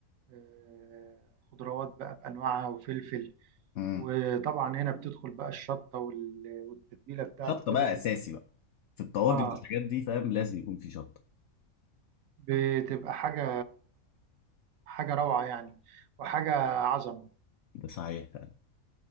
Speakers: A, on the right; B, on the left.
A: آه، خضروات بقى بانواعها وفلفل
B: امم
A: وطبعا هنا بتدخل بقى الشطه وال- والتتبيله بتاعته
B: شطه
A: كده
B: بقى
A: بتبقى
B: اساسي بقى في الطواجن
A: اه
B: والحاجات دي فاهم لازم يكون في شطه
A: بتبقى حاجه حاجه روعه يعني وحاجه عظمه
B: ده صحيح فاهم